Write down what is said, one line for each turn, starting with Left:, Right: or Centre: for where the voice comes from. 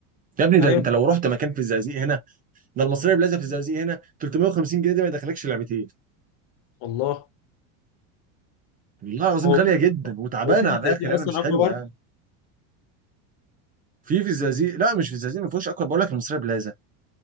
Right: يا ابني
Left: ايوه
Right: ده انت لو رحت مكان في الزقازيق هنا ده المصريه بلازا في الزقازيق هنا 350 جنيه دي ما يدخلكش لعبتين
Left: والله
Right: والله العظيم
Left: هو
Right: غاليه
Left: في
Right: جدا وتعبانه
Left: هو في
Right: على الاخر
Left: زي دي اصلا
Right: انا مش
Left: اكوا
Right: حلوه
Left: بارك
Right: يعني في في الزقازيق لا مش في الزقازيق ما فيهوش اكتر بقول لك المصريه بلازا